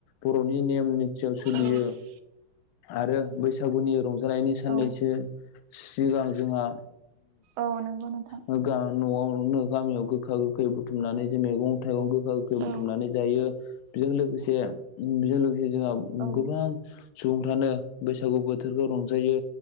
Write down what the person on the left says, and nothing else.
बर'नि नेम निथियाव सोलियो।
आरो बैसागुनि रंजानायनि साननैसो
सिगां जोंहा
ओ गा-न'आवनो गामियाव गोखा-गोखै बुथुमनानै जे मैगं-थाइगं गोखा गोखै बुथुमनानै
जायो बेजों लोगोसे बेजों लोगोसे जोंहा
गोबां सुबुंफ्रानो बैसागु बोथोरखौ रंजायो